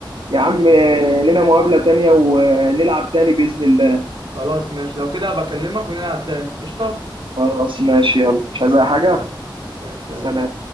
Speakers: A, on the right; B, on the right.
A: يا عم آه، لنا مقابلة تانية ونلعب تاني بإذن الله
B: خلاص ماشي لو كده بكلمك ونلعب تاني قشطه
A: خلاص ماشي يلا مش عايز
B: يلا
A: أي حاجة
B: سلام مع السلامه
A: سلام